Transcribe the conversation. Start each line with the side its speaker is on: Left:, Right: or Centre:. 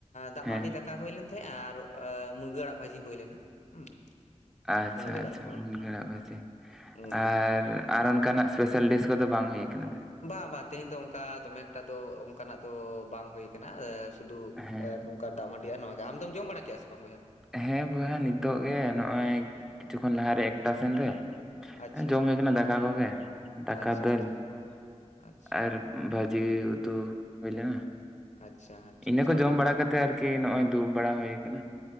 Left: ᱫᱟᱜ
Centre: ᱦᱮᱸ
Left: ᱢᱟᱹᱰᱤ ᱫᱟᱠᱟ ᱦᱩᱭ ᱞᱮᱱ ᱛᱟᱦᱮᱸ ᱦᱮᱜ-ᱟ ᱟᱨ ᱢᱩᱱᱜᱟᱹ ᱟᱲᱟᱜ ᱵᱷᱟᱹᱡᱤ ᱦᱩᱭ ᱞᱮᱱᱟ ᱦᱩᱸ
Centre: ᱟᱪᱪᱷᱟ
Left: ᱢᱩᱱᱜᱟᱹ ᱟᱲᱟᱜ
Centre: ᱟᱪᱪᱷᱟ
Left: ᱠᱚ
Centre: ᱢᱩᱱᱜᱟᱹ ᱟᱲᱟᱜ ᱵᱷᱟᱹᱡᱤ
Left: ᱦᱩᱸ
Centre: ᱟᱨ ᱟᱨ ᱚᱱᱠᱟᱱᱟᱜ ᱥᱯᱮᱥᱟᱞ ᱰᱤᱥ ᱠᱚᱫᱚ ᱵᱟᱝ ᱦᱩᱭ ᱟᱠᱟᱱᱟ
Left: ᱵᱟᱝ ᱵᱟᱝ ᱛᱮᱦᱮᱧ ᱫᱚ ᱚᱱᱠᱟ ᱫᱚᱢᱮ ᱮᱠᱴᱟ ᱫᱚ ᱚᱱᱠᱟᱱᱟᱜ ᱫᱚ ᱵᱟᱝ ᱦᱩᱭ ᱠᱟᱱᱟ ᱥᱩᱫᱩ
Centre: ᱦᱮᱸ
Left: ᱱᱚᱝᱠᱟ ᱫᱟᱜ ᱢᱟᱹᱰᱤ ᱟᱨ ᱱᱚᱣᱟᱜ ᱜᱮ ᱟᱢᱫᱚᱢ ᱡᱚᱢ ᱵᱟᱲᱟ ᱠᱮᱜ-ᱟ ᱥᱮ ᱵᱟᱝ ᱵᱚᱭᱦᱟ
Centre: ᱦᱮᱸ ᱵᱚᱭᱦᱟ ᱱᱤᱛᱚᱜ ᱜᱮ ᱱᱚᱜ-ᱚᱭ ᱠᱤᱪᱷᱩ ᱠᱷᱚᱱ ᱞᱟᱦᱟᱨᱮ ᱮᱠᱴᱟ ᱥᱮᱱ ᱨᱮ
Left: ᱟᱪᱪᱷᱟ
Centre: ᱡᱚᱢ ᱦᱩᱭ ᱠᱟᱱᱟ ᱫᱟᱠᱟ ᱠᱚᱜᱮ ᱫᱟᱠᱟ
Left: ᱟᱪᱪᱷᱟ
Centre: ᱫᱟᱹᱞ
Left: ᱟᱪᱪᱷᱟ ᱟᱪᱪᱷᱟ ᱟᱪᱪᱷᱟ
Centre: ᱟᱨ ᱵᱷᱟᱹᱡᱤ ᱩᱛᱩ ᱦᱩᱭᱞᱮᱱᱟ
Left: ᱟᱪᱪᱷᱟ
Centre: ᱤᱱᱟᱹ
Left: ᱟᱪᱪᱷᱟ
Centre: ᱠᱚ
Left: ᱟᱹᱰᱤ
Centre: ᱡᱚᱢ ᱵᱟᱲᱟ ᱠᱟᱛᱮᱜ ᱟᱨᱠᱤ ᱱᱚᱜ-ᱚᱭ ᱫᱩᱲᱩᱵ ᱵᱟᱲᱟ ᱦᱩᱭ ᱠᱟᱱᱟ